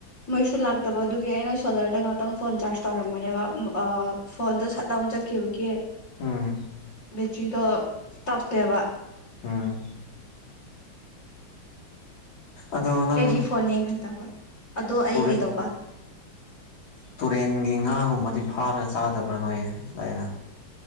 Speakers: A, on the left; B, on the left.
A: ꯃꯩꯁꯨ ꯂꯥꯛꯇꯕ ꯑꯗꯨꯒꯤ ꯑꯩꯅ ꯁꯣꯂꯔꯗ ꯉꯥꯛꯇꯪ ꯐꯣꯟ ꯆꯥꯔꯖ ꯇꯧꯔꯝꯕꯅꯦꯕ ꯎꯝ ꯑꯥ꯫ ꯐꯣꯟꯗꯣ ꯁꯠꯗꯥꯎꯟ ꯆꯠꯈꯤꯕꯒꯤ
B: ꯎꯝ
A: ꯕꯦꯇ꯭ꯔꯤꯗꯣ ꯇꯞꯄꯦꯕ꯫
B: ꯎꯝ꯫ ꯑꯗꯣ ꯅꯪ
A: ꯑꯩꯒꯤ ꯐꯣꯟ ꯌꯦꯡꯍꯟꯗꯕ ꯑꯗꯣ ꯑꯩ
B: ꯇꯨꯔꯦꯟ
A: ꯀꯩꯗꯧꯕ꯫
B: ꯇꯨꯔꯦꯟꯒꯤ ꯉꯥꯒꯨꯝꯕꯗꯤ ꯐꯥꯔꯒ ꯆꯥꯗꯕ꯭ꯔꯥ ꯅꯣꯏ ꯑꯗꯨꯋꯥꯏꯗ꯫